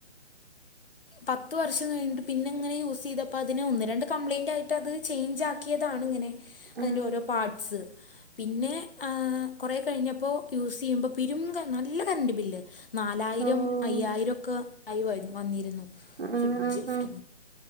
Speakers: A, on the left; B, on the right.
A: പത്ത് വർഷം കഴിഞ്ഞിട്ട് പിന്നിങ്ങനാ യൂസെയ്തപ്പോ അതിന് ഒന്ന് രണ്ട് കംപ്ലയിന്റ് ആയിട്ട് അത് ചേഞ്ച് ആക്കിയതാണ് ഇങ്ങനെ.
B: ആഹ്
A: അതിന്റൊരോ
B: ആഹ്
A: പാർട്സ് പിന്നെ ആഹ് കുറേ കഴിഞ്ഞപ്പോ യൂസെയ്യുമ്പോ പിരും നല്ല കറണ്ട് ബില്ല് നാലായിരം
B: ഓഹ്
A: അയ്യായിരോക്കെ ആയി വരും വന്നിരുന്നു.
B: ആഹ്
A: ഫ്രിഡ്ജ്
B: ആഹ് ആഹ്
A: ഫ്രീ